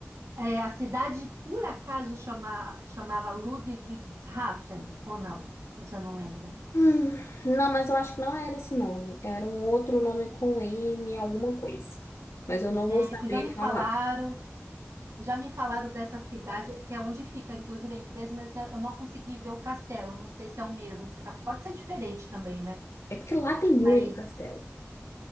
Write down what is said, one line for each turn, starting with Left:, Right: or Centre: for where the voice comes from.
Right: é, a cidade por acaso chama, chamava Ludwigshafen ou não? Você não lembra?
Left: Hum, não, mas eu acho que não era esse nome. Era um outro nome com M, alguma coisa. Mas eu não
Right: É,
Left: vou saber
Right: que já me falaram,
Left: falar.
Right: já me falaram dessa cidade, que é onde fica, inclusive, a empresa, mas eu não consegui ver o castelo. Não sei se é o mesmo que você tá. Pode ser diferente também, né?
Left: É porque lá tem muito
Right: Mas
Left: castelo.